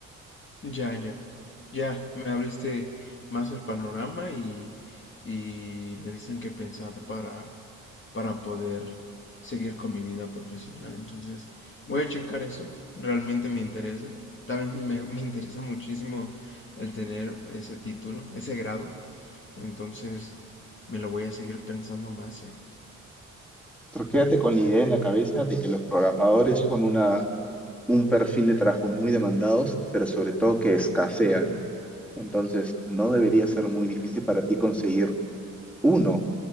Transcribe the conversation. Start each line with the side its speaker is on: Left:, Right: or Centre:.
Left: Ya, ya, ya, me abriste más el panorama y, y me dicen qué pensar para, para poder seguir con mi vida profesional. Entonces, voy a checar eso, realmente me interesa. También me, me interesa muchísimo el tener ese título, ese grado. Entonces, me lo voy a seguir pensando más, ¿eh?
Centre: Pero quédate con la idea en la cabeza de que los programadores son una, un perfil de trabajo muy demandados, pero sobre todo que escasean. Entonces, no debería ser muy difícil para ti conseguir uno